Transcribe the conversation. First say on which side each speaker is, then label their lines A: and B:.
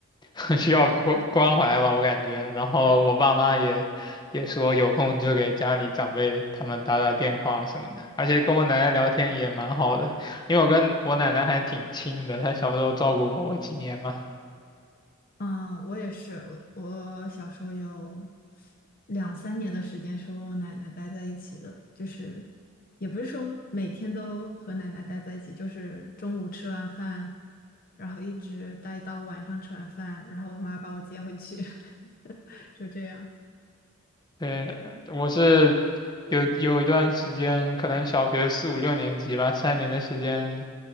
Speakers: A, on the left; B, on the left.
A: <laughs> 需要关关怀吧，我感觉。然后我爸妈也也说有空就给家里长辈他们打打电话什么的，而且跟我奶奶聊天也蛮好的，因为我跟我奶奶还挺亲的，她小时候照顾过我几年嘛。
B: 嗯，我也是，我我小时候有两三年的时间是跟我奶奶待在一起的，就是也不是说每天都和奶奶待在一起，就是中午吃完饭，然后一直待到晚上吃完饭，然后我妈把我接回去，<laughs> 就这样。
A: 对，我是有有一段时间，可能小学四五六年级吧，三年的时间。